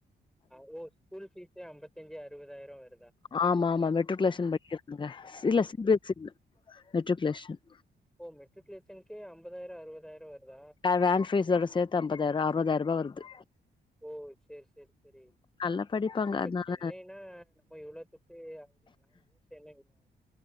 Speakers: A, in the centre; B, on the left (about 25°).
A: ஆ ஓ ஸ்கூல்பீஸ்ஸே அம்பத்தஞ்சு அறுவதாயிரம் வரு
B: ஆமா ஆமா மெட்ருக்குலேஷன் படிக்கிறாங்க இல்ல சி பி எஸ் சி இல்ல மெட்ருக்குலேஷன்
A: ஒ மெட்ரிகுலேஷனுகே அம்பதாயர அறுவதாயிர வருதா
B: ஆ வேன் ஃபீஸோட சேத்து அம்பதாயரூபா அறுவதாயரூபா வருது
A: ஓ செரி செரி செரி
B: நல்லா படிப்பாங்க
A: இப்ப
B: அதனால
A: சென்னைனா ஓ இவ்ளத்துக்கு ஆகுதுங்களா ஊர் சென்னைங்களா